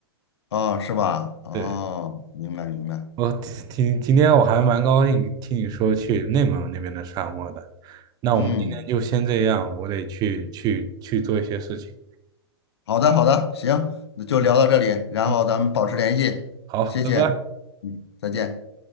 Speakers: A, on the left; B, on the right.
A: 哦，是吧？哦，
B: 对，
A: 明白明白。
B: 我今今天我还蛮高兴听你说去内蒙那边的沙漠的，那我们今天就先这样，
A: 嗯，
B: 我得去去去做一些事情。
A: 好的好的，行，那就聊到这里，
B: 嗯
A: 然后咱们保持联系，
B: 嗯，好，
A: 谢谢。
B: 拜拜。
A: 嗯，再见。